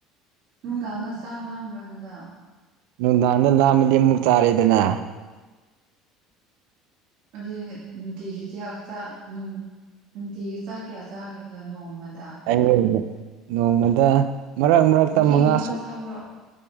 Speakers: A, on the right; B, on the right.
A: ꯅꯨꯡꯗꯥꯡꯅ ꯆꯥꯡ ꯉꯥꯟꯕ꯭ꯔꯣ ꯑꯗꯨꯗ
B: ꯅꯨꯡꯗꯥꯡꯗ ꯂꯥꯝꯃꯗꯤ ꯑꯃꯨꯛ ꯆꯥꯔꯦꯗꯅ
A: ꯑꯗꯨꯗꯤ ꯅꯨꯡꯇꯤꯒꯤ ꯆꯥꯛ ꯆꯅꯨꯡ ꯅꯨꯡꯇꯤꯒꯤ ꯆꯥꯛ ꯀꯌꯥ ꯆꯥꯒꯦ ꯅꯣꯡꯃꯗꯤ
B: ꯑꯩꯉ ꯅꯣꯡꯃꯗ ꯃꯔꯛ ꯃꯔꯛꯇ
A: ꯃꯔꯤ
B: ꯃꯉꯥ ꯁ
A: ꯆꯥꯕ꯭ꯔꯣ